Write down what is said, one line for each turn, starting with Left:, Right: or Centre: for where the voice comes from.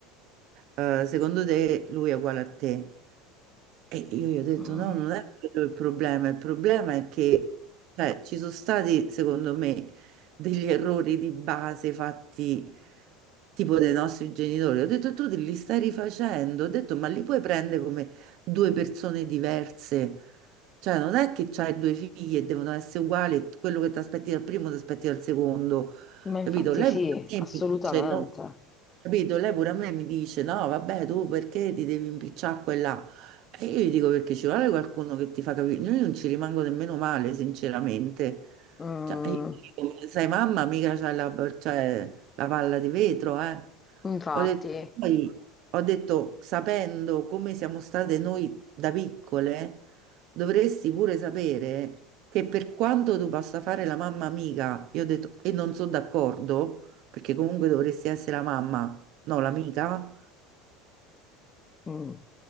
Right: eh, secondo te lui è uguale a te. E io gli ho detto:
Left: Mm.
Right: no, non è <laughs> quello il problema. Il problema è che cioè, ci sono stati, secondo me, degli errori di base fatti tipo dai nostri genitori. Ho detto: tu li stai rifacendo. Ho detto: ma li puoi prendere come due persone diverse? Cioè, non è che c'hai due figli e devono essere uguali, e quello che ti aspetti dal primo ti aspetti dal secondo,
Left: Ma infatti
Right: capito? Lei
Left: sì,
Right: pure
Left: assolutamente.
Right: a me mi dice: no, capito? Lei pure a me mi dice: no, vabbè, tu perché ti devi impicciare a quella? E io gli dico perché ci vuole qualcuno che ti fa capire. Io non ci rimango nemmeno male, sinceramente.
Left: Mm.
Right: Cioè, io gli dico, sai, mamma, mica c'è la, c'hai la palla di vetro, eh.
Left: Infatti.
Right: Ho detto, poi, ho detto, sapendo come siamo state noi da piccole, dovresti pure sapere che per quanto tu possa fare la mamma amica, io ho detto, e non sono d'accordo, perché comunque dovresti essere la mamma, no, l'amica.
Left: Mm.